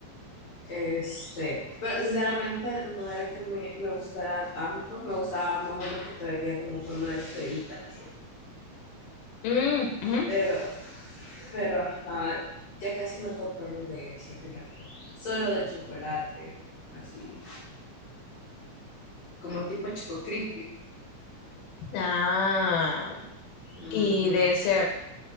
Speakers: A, on the left; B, on the left.
A: Este, pero sinceramente no era que me, me gustara tanto, me gustaban mejor los que traía como forma de estrellitas,
B: Mm, ujú.
A: pero, pero ajá, ya casi no compramos de ese, fíjate. Solo de chocolate, así. Como tipo Choco Crispy.
B: Ah,
A: Ujú.
B: y de ese,